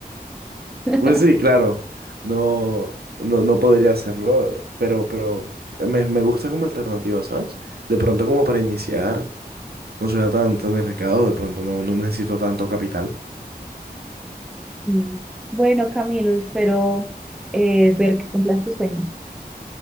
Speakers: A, in the centre; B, on the right.
A: <laughs>
B: Pues sí, claro, no, no, no podría hacerlo, pero, pero me, me gusta como alternativa, ¿sabes? De pronto como para iniciar, no suena tan, tan arriesgado, de pronto no, no necesito tanto capital.
A: Mm. Bueno, Camilo, espero eh, ver que cumplas tu sueño.